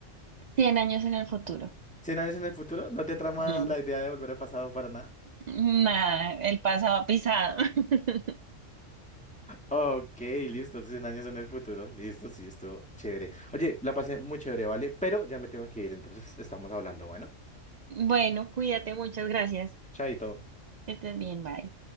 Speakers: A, on the right (about 70°); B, in the centre.
A: 100 años en el futuro.
B: Cien años en el futuro? ¿No te trama
A: Mm.
B: la idea de volver al pasado para nada?
A: Nada, el pasado ha pisado. <laughs>
B: Ok, listo, 100 años en el futuro. Listo, sí, estuvo chévere. Oye, la pasé muy chévere, ¿vale? Pero ya me tengo que ir, entonces estamos hablando, bueno.
A: Bueno, cuídate, muchas gracias.
B: Chaito.
A: Que estés bien, bye.